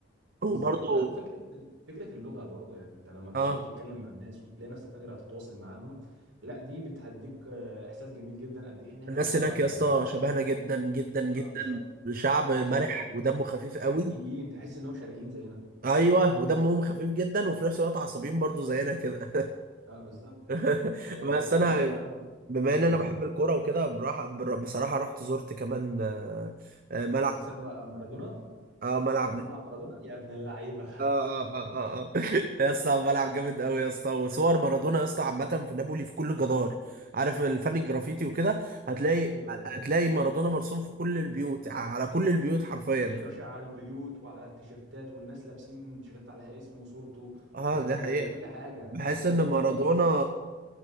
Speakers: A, on the right; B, on the right.
A: وبرضو
B: بالظبط ولا وفكره فكره اللغه برضو يعني انت لما تروح
A: اه
B: وتتكلم مع الناس وتلاقي نفسك قادر تتواصل معاهم لا دي بتهديك آه، احساس جميل جدا قد ايه ان احنا
A: الناس
B: شبه
A: هناك
B: بعض
A: يا
B: يا
A: اسطى
B: جماعه
A: شبهنا جدا جدا جدا
B: اه بالظبط
A: شعب مرح
B: شرق
A: ودمه خفيف
B: شرقيين
A: قوي
B: تحس انهم شرقيين زينا
A: ايوه ودمهم خفيف جدا وفي نفس الوقت عصبيين برضو زينا كده
B: اه بالظبط
A: <laughs>
B: آه.
A: بس انا
B: طب انت
A: بما
B: قول
A: ان انا
B: يا حبيبي
A: بحب
B: طب.
A: الكوره وكده براح- بر- بصراحه رحت زرت كمان آه، آه، ملعب
B: رحت استاد ما- مارادونا
A: اه ملعب
B: رحت
A: نجم.
B: ملعب مارادونا يا ابن اللعيبه
A: اه اه اه اه <laughs> يا اسطى ملعب جامد قوي يا اسطى وصور مارادونا يا اسطى عامه في نابولي في كل جدار عارف الفن الجرافيتي وكده هتلاقي
B: <laughs> ايوه
A: هتلاقي
B: ايوه
A: مارادونا مرسوم في كل البيوت على كل البيوت حرفيا
B: يا باشا على البيوت وعلى التيشيرتات والناس لابسين تيشيرتات عليها اسمه وصورته
A: اه
B: و...
A: دي حقيقة
B: وكل حاجه
A: بحس
B: يعني هو مارادونا
A: ان مارادونا
B: هو رب المدينه